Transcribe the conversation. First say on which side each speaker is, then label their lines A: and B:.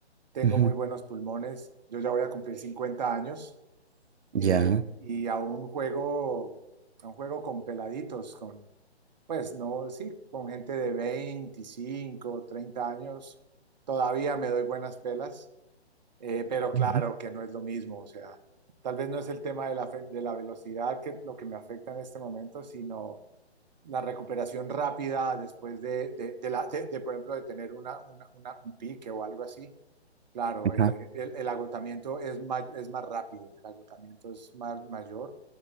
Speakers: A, on the right; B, on the right.
A: tengo
B: ujú.
A: muy buenos pulmones. Yo ya voy a cumplir 50 años. eh,
B: Ya.
A: y a un juego, a un juego con peladitos, con, pues no, sí, con gente de 25 30 años, todavía me doy buenas pelas, eh, pero claro
B: Ujú.
A: que no es lo mismo, o sea, tal vez no es el tema de la, fe- de la velocidad que lo que me afecta en este momento, sino la recuperación rápida después de, de, de la, de, de, por ejemplo, de tener una, una- una- un pique o algo así. Claro,
B: Ajá.
A: eh, el, el agotamiento es más, es más rápido, el agotamiento es más mayor,